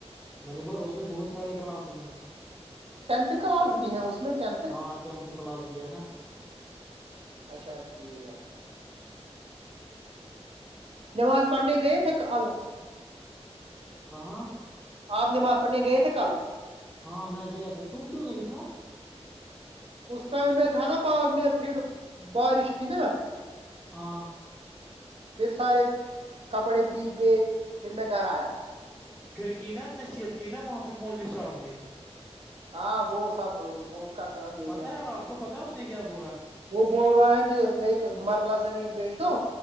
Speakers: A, in the centre; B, on the right.
A: میں نے بولا اس میں بہت سارے کلاسز ہیں
B: ٹینھ کلاس بھی ہے اس میں ٹھ
A: ہاں ٹینتھ کلاس بھی ہے نا
B: اچھا ٹھیک نماز پڑھنے گئے تھے ایک ال
A: کہاں
B: آپ نماز پڑھنے گئے تھے کل
A: ہاں میں گیا تھا تو کیوں نہیں تھا
B: اس ٹائم میں تھا نا باغ میں پھر بارش تھی نا
A: ہاں
B: پھر سارے کپڑے بیگ گئے پھر میں گھر آیا
A: پھر کی نا نصیحت کی نا وہاں پہ مولوی صاحب نے
B: ہاں وہ سب وہ اس کا کام یہی
A: پتا
B: ہے
A: آپ کو پتا ہے اس نے کیا بولا
B: وہ بول رہے ہیں کہ ایک مرلہ زمین بیچ دو